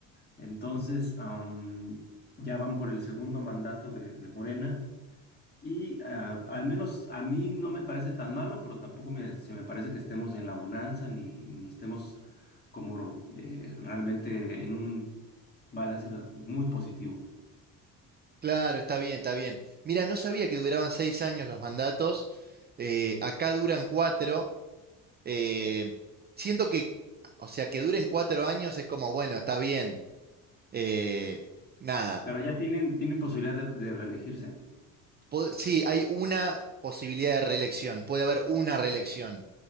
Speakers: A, on the left; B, on the right.
A: Entonces, am, ya van por el segundo mandato de, de Morena y ah, al menos a mí no me parece tan malo, pero tampoco me- se me parece que estemos en la bonanza ni, ni estemos como eh, realmente en un balance bas- muy positivo.
B: Claro, está bien, está bien. Mira, no sabía que duraban seis años los mandatos. eh, acá duran cuatro. eh, siento que, o sea, que duren cuatro años es como, bueno, está bien. eh, nada.
A: Pero allá tienen, tienen posibilidad de, de reelegirse.
B: Po- sí, hay una posibilidad de reelección. Puede haber una reelección.